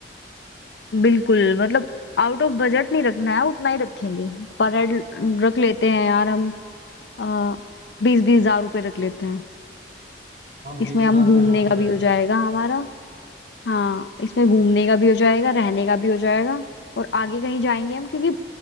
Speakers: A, on the left (about 75°); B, on the right (about 45°).
A: बिल्कुल मतलब आउट ऑफ बजट नहीं रखना है उतना ही रखेंगे पर हेड रख लेते हैं यार हम आ, बीस बीस हजार रुपये रख लेते हैं
B: हाँ बीस
A: इसमें
B: हजार
A: हम घूमने
B: में हो तो
A: का
B: जाएगा
A: भी हो जाएगा हमारा हाँ इसमें घूमने का भी हो जाएगा रहने का भी हो जाएगा और आगे कहीं जाएंगे हम क्योंकि